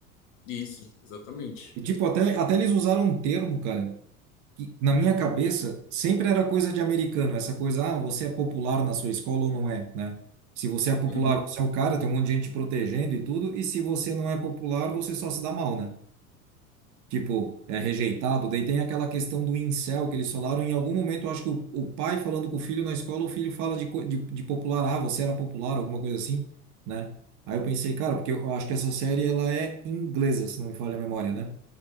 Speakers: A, on the left; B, on the right.
A: Isso, exatamente.
B: E tipo, até, até eles usaram um termo, cara, que, na minha cabeça, sempre era coisa de americano, essa coisa, ah, você é popular na sua escola ou não é, né? Se você é popular,
A: Uhum.
B: você é o cara, tem um monte de gente te protegendo e tudo, e se você não é popular, você só se dá mal, né? Tipo, é rejeitado. Daí tem aquela questão do incel que eles falaram. Em algum momento, eu acho que o, o pai falando com o filho na escola, o filho fala de, co- de, de popular, ah, você era popular, alguma coisa assim, né? Aí eu pensei, cara, porque eu acho que essa série ela é inglesa, se não me falha a memória, né?